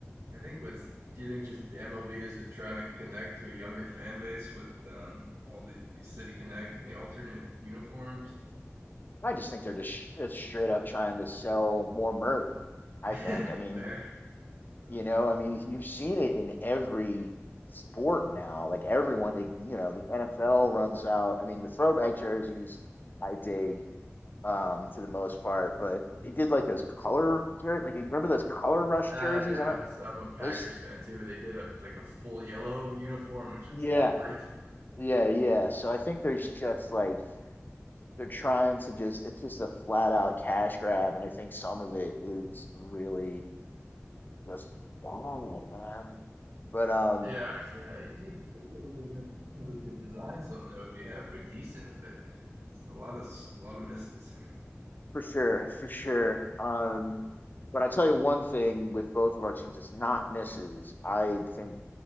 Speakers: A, on the right; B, on the left.
A: I think what's do you think just the MLB is just trying to connect to a younger fan base with um, all the, the City Connect and the alternate uniforms?
B: I just think they're just, sh- just straight up trying to sell more merch I
A: <laughs>
B: think. I mean,
A: Fair. Uh,
B: you know, I mean, you've seen it in every sport now. Like everyone, they, you know, the NFL runs out. I mean, the throwback jerseys, I dig um, to the most part, but they did like those color, jer- like, you remember those color rush
A: uh,
B: jerseys?
A: yeah.
B: I don't,
A: So I'm a Packers
B: those,
A: fan too. They did a like a full yellow uniform, which
B: yeah,
A: is like, horrid. <laughs>
B: yeah, yeah. So I think there's just like, they're trying to just, it's just a flat out cash grab. And I think some of it is really just wild, man. But, um,
A: Yeah, yeah. You'd think I mean they'd have people who could design something that would be halfway decent, but it's a lot of s- a lot of misses.
B: For sure, for sure. Um, but I tell you one thing with both of our teams, it's not misses. I think